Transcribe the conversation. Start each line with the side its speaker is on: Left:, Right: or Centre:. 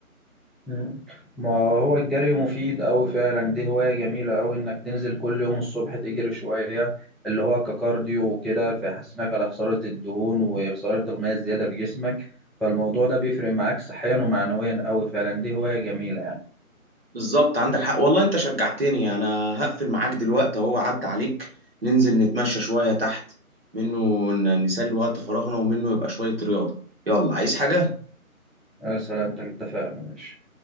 Centre: مم. ما هو الجري مفيد أوي فعلا دي هواية جميلة أوي إنك تنزل كل يوم الصبح تجري شوية اللي هو ككارديو وكده فيحسنك على خسارة الدهون وخسارة المية الزيادة في جسمك فالموضوع ده بيفرق معاك صحيا ومعنويا أوي فعلا دي هواية جميلة يعني
Right: بالظبط عندك حق والله انت شجعتني انا هقفل معاك دلوقتي اهو عدى عليك ننزل نتمشى شوية تحت منه ن- نسلي وقت فراغنا ومنه يبقى شوية رياضة يلا عايز حاجة
Centre: أنا سلامتك اتفقنا ماشي